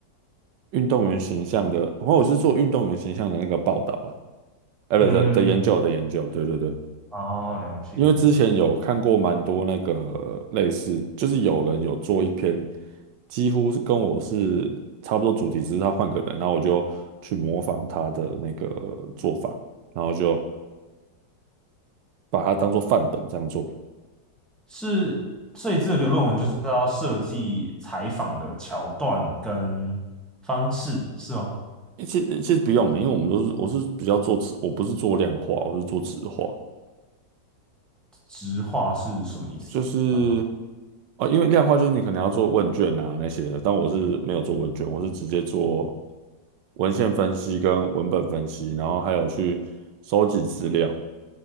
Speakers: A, on the right; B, in the centre.
A: 运动员形象的，然后我是做运动员形象的那个报道啦，呃，
B: 嗯，
A: 不的的研究的研究，对对对，
B: 哦，了解。
A: 因为之前有看过蛮多那个类似，就是有人有做一篇，几乎是跟我是差不多主题，只是他换个人，然后我就去模仿他的那个做法。然后就把它当做范本这样做。
B: 是，所以这个论文就是要设计采访的桥段跟方式，是吗？
A: 诶其实其实不用欸，因为我们都是我是比较做质，我不是做量化，我是做质化，
B: 直话是什么意思啊？
A: 就是
B: 蛮好，
A: 哦，因为量化就是你可能要做问卷啊那些的，但我是没有做问卷，我是直接做文献分析跟文本分析，然后还有去收集资料，